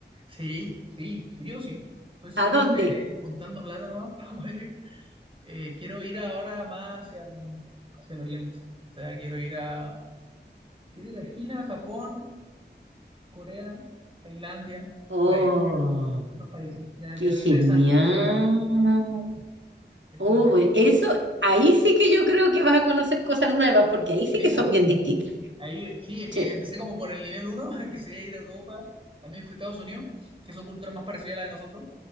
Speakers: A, on the right; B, on the right.
A: Sí, sí, sí, yo sí. Estoy solamente
B: ¿A dónde?
A: juntando plata nomás <laughs> para poder ir. Eh, quiero ir ahora más hacia el, hacia el oriente. O sea, quiero ir a, quiero ir a China, Japón, Corea, Tailandia,
B: Oh,
A: por ahí, esos países. Ya
B: qué
A: quiero
B: genial.
A: irme a esa cultura ahora. Esa
B: Oh,
A: es la meta.
B: bueno, eso, ahí sí que yo creo que vas a conocer cosas nuevas, porque ahí sí
A: Sí,
B: que
A: po.
B: son bien distintas.
A: Ahí, sí, es
B: Sí,
A: que empecé como por el nivel uno, <laughs> que sería ir a Europa. También fui a Estados Unidos, que son culturas más parecidas a la de nosotros.